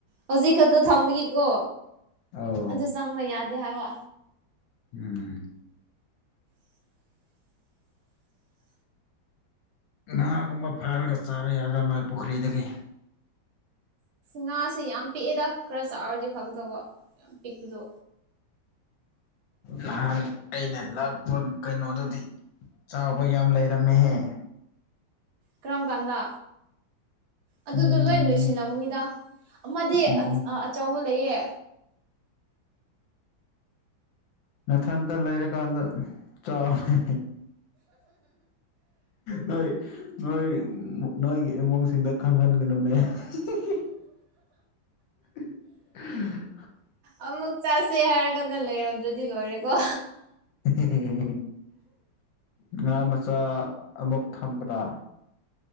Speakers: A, on the right (about 70°); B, on the left (about 75°).
A: ꯍꯧꯖꯤꯛ ꯈꯛꯇ ꯊꯝꯕꯒꯤꯀꯣ
B: ꯑꯧ
A: ꯑꯗꯨ ꯆꯪꯕ ꯌꯥꯗꯦ ꯍꯥꯏꯕ
B: ꯎꯝ
A: <unintelligible>
B: ꯉꯥꯒꯨꯝꯕ ꯐꯥꯔꯒ ꯆꯥꯕ ꯌꯥꯗ꯭ꯔꯥ ꯅꯣꯏ ꯄꯨꯈ꯭ꯔꯤꯗꯒꯤ
A: ꯉꯥꯁꯦ ꯌꯥꯝ ꯄꯤꯛꯑꯦꯗ ꯈꯔ ꯆꯥꯔꯗꯤ ꯐꯒꯗꯧꯕ ꯌꯥꯝ ꯄꯤꯛꯄꯗꯣ
B: ꯅꯍꯥꯟ ꯑꯩꯅ ꯂꯥꯛꯄ ꯀꯩꯅꯣꯗꯨꯗꯤ ꯆꯥꯎꯕ ꯌꯥꯝ ꯂꯩꯔꯝꯃꯦꯍꯦ
A: ꯀꯔꯝꯒꯥꯟꯗ ꯑꯗꯨꯗꯣ
B: ꯎꯝ
A: ꯂꯣꯏ ꯂꯣꯏꯁꯤꯜꯂꯝꯃꯨꯅꯤꯗ ꯑꯃꯗꯤ
B: ꯑꯣ
A: ꯑꯆꯧꯕ ꯂꯩꯌꯦ
B: ꯃꯊꯟꯇ ꯂꯩꯔꯀꯥꯟꯗ ꯆꯥꯎꯔꯦ ꯅꯣꯏ ꯅꯣꯏ ꯅꯣꯏ ꯁꯤꯡꯗ ꯈꯪꯍꯟꯒꯅꯨꯅꯦ ꯑꯟꯏꯟꯇꯦꯜꯂꯤꯖꯦꯕꯜ
A: ꯑꯃꯨꯛ ꯆꯥꯁꯦ ꯍꯥꯏꯔ ꯀꯥꯟꯗ ꯂꯩꯔꯝꯗ꯭ꯔꯗꯤ ꯂꯣꯏꯔꯦꯀꯣ
B: ꯑꯍꯝꯍꯝꯍꯝ ꯉꯥ ꯃꯆꯥ ꯑꯃꯨꯛ ꯊꯝꯕ꯭ꯔꯥ